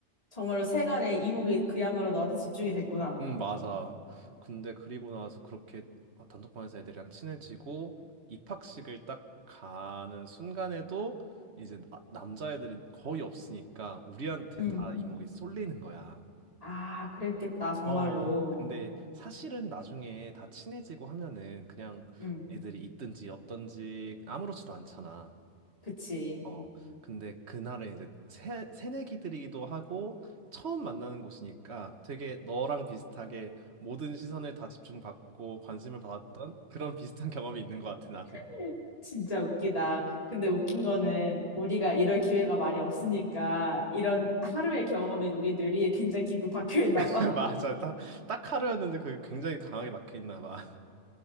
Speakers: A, on the left (about 30°); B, on the right (about 65°).
A: 정말로 세간의 이목이 그야말로 너한테 집중이 됐구나.
B: 음 맞아. 근데 그리고 나서 그렇게 어, 단톡방에서 애들이랑 친해지고 입학식을 딱 가는 순간에도 이제 나- 남자애들이 거의 없으니까 우리한테
A: 응.
B: 다 이목이 쏠리는 거야.
A: 아 그랬겠다 정말로.
B: 어, 근데 사실은 나중에 다 친해지고 하면은 그냥
A: 응.
B: 애들이 있든지 없든지 아무렇지도 않잖아.
A: 그치.
B: 어, 근데 그날은 이제 새, 새내기들이기도 하고 처음 만나는 곳이니까 되게 너랑 비슷하게 모든 시선을 다 집중받고 관심을 받았던 그런 비슷한 경험이 있는 것 같아, 나는.
A: <laughs> 진짜 웃기다. 근데 웃긴 거는 우리가 이럴 기회가 많이 없으니까 이런 하루의 경험이 우리 뇌리에 굉장히 깊이 박혀 있나
B: <laughs>
A: 봐.
B: 맞아. 딱, 딱 하루였는데 그게 굉장히 강하게 막혀있나 봐. <laughs>